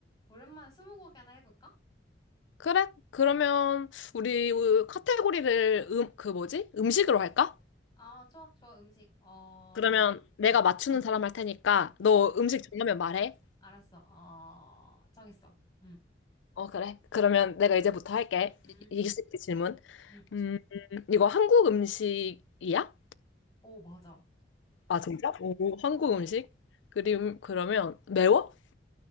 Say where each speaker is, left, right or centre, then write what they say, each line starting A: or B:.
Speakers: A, on the left; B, on the left.
A: 오랜만에 스무고개 하나 해볼까?
B: 그래? 그러면 우리 카테고리를 음, 그 뭐지? 음식으로 할까?
A: 아, 좋아, 좋아, 음식. 어,
B: 그러면 내가
A: 응,
B: 맞추는 사람 할 테니까 너
A: 어,
B: 음식 정하면 말해.
A: 알았어. 어, 정했어. 응,
B: 어, 그래. 그러면 내가 이제부터 할게.
A: 응,
B: 이- 이길 수 있게 질문.
A: 응.
B: 음, 이거 한국 음식이야?
A: 오, 맞아.
B: 아, 진짜? 오, 한국
A: 어,
B: 음식? 그림, 그러면 매워?